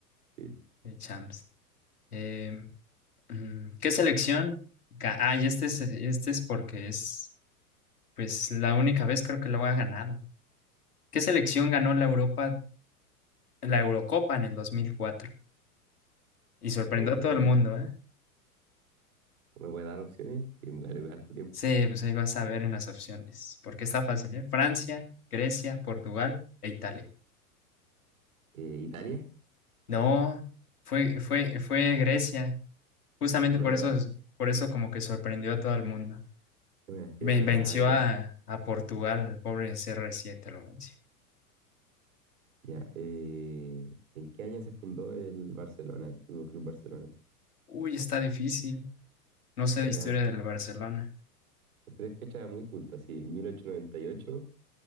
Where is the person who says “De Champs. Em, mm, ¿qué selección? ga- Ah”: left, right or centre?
Left